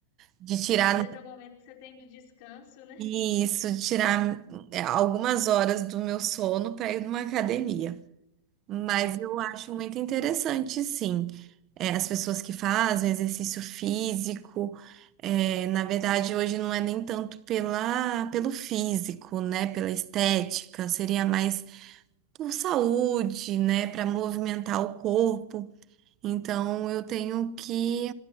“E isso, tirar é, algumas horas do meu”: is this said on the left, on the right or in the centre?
Right